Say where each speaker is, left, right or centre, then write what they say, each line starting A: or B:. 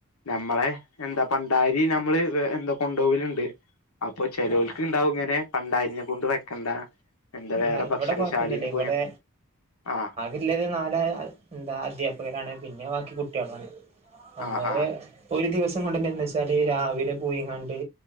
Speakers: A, on the left; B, on the right.
A: നമ്മളെ എന്താ പണ്ടാരി നമ്മള് എന്താ കൊണ്ടപോവല്ണ്ട് അപ്പൊ ചെലോൽക്ക്
B: ആഹ്
A: ഇണ്ടാവും ഇങ്ങനെ പണ്ടാരിനെ കൊണ്ട് വെക്കണ്ട എന്താ
B: ഇല്ല
A: വേറെ ഭക്ഷണശാലീന്ന്
B: ഇവിടെ കൊഴപ്പൊന്നുല്ല ഇവിടെ
A: പോയാ ആ
B: ഇല്ലത് നാല് എന്താ അദ്ധ്യാപകരാണ് പിന്നെ ബാക്കി കുട്ടികളാണ് നമ്മള്
A: ആ ആ
B: ഒരു ദിവസം കൊണ്ടന്നെ എന്താച്ചാല് രാവിലെ പോയിങ്ങാണ്ട്